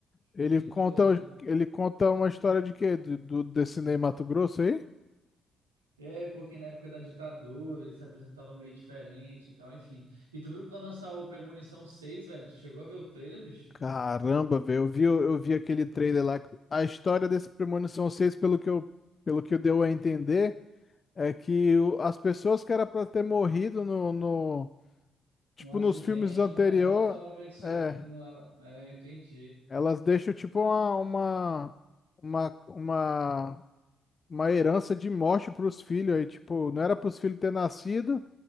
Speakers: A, on the left; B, on the right.
A: Ele
B: de
A: conta,
B: Chola.
A: ele conta uma história de quê? Do, do, desse Ney Matogrosso aí?
B: É, porque na época da ditadura ele se apresentava meio diferente e tal, enfim. E tu viu que vai lançar o Premonição 6, velho? Tu chegou a ver o trailer, bicho?
A: Caramba, velho, eu vi, eu vi aquele trailer lá. A história desse Premonição 6, pelo que eu, pelo que deu a entender, é que o- as pessoas que era pra ter morrido no, no, tipo,
B: Num acidente,
A: nos filmes anterior,
B: num negócio, ela meio que se.
A: é,
B: Não, ela... É, entendi.
A: Elas deixam tipo uma, uma, uma, uma, uma herança de morte para os filhos aí, tipo, não era para os filhos ter nascido,